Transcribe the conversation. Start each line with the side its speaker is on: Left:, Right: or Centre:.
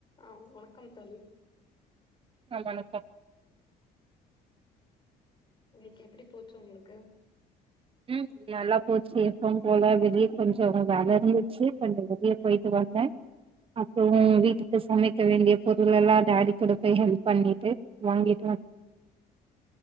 Left: ஆஹ் வணக்கம் தோழி
Right: ஆஹ் வணக்கம்
Left: இன்னைக்கு எப்டி போச்சு உங்களுக்கு
Right: உம் நல்லா போச்சு எப்பவும் போல வெளியே கொஞ்சம் வேல இருந்துச்சு கொஞ்சம் வெளியே போயிட்டு வந்தேன் அப்புறம் வீட்டுக்கு சமைக்க வேண்டிய பொருள் எல்லாம் டாடி கூட போய் ஹெல்ப் பண்ணிட்டு வாங்கிட்டு வந்